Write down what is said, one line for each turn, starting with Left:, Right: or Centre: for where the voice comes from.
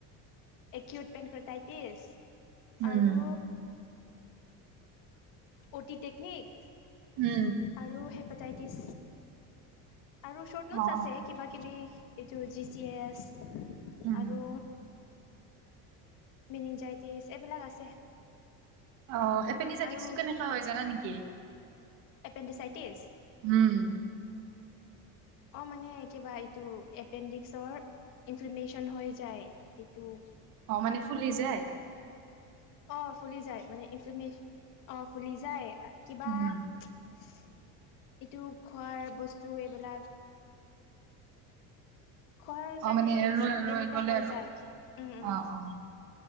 Left: একউট পেনক্লোটাইটিছ।
Right: উম
Left: আৰু অ'টি টেকনিক।
Right: উম
Left: আৰু হেপটাইটিছ আৰু শৰ্ট নোটছ
Right: অ অ
Left: আছে কিবা কিবি এইটো জি চি এছ
Right: উম
Left: আৰু মিনিংজাইটিছ এইবিলাক আছে।
Right: অ', আপেন্দিজাইতিক্সটো
Left: আৰু
Right: কেনেকা হয় জানা নেকি?
Left: এপেণ্ডিচাইটিছ?
Right: উম।
Left: অ', মানে কিবা এইটো এপেণ্ডিক্সৰ ইনফ্লেমেশচন হৈ যায়, এইটো
Right: অ', মানে ফুলি যায়
Left: অ', ফুলি যায়, মানে ইনফৰমেশচন। অ', ফুলি যায় কিবা
Right: উম
Left: এইটো খোৱাৰ বস্তু এইবিলাক খোৱাৰ কাৰণে
Right: অ', মানে এৰ ৰৈ ৰৈ
Left: এনেকাই
Right: গ'লে
Left: হৈ
Right: আৰু
Left: যায়
Right: অ',
Left: উম উম
Right: অ', অ',